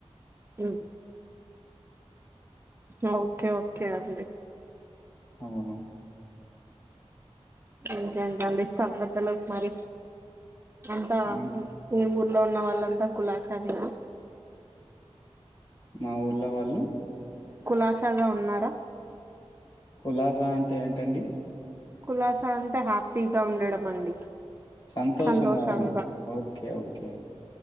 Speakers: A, on the right; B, on the left.
A: ఉహు ఆ ఓకే ఓకే అండి
B: అవును
A: ఇంకేంటండి సంగతులు మరి అంతా
B: హ్మ్.
A: మీ ఊర్లో ఉన్న వాళ్ళంతా కులాస నేనా
B: మా ఊర్లో వాళ్ళు
A: కులాసాగ ఉన్నార?
B: కులాసా అంటే ఏంటండి
A: కులాసా అంటే హ్యాపీగా ఉండడం అండి
B: సంతోషంగానా
A: సంతోషంగా
B: ఓకే ఓకే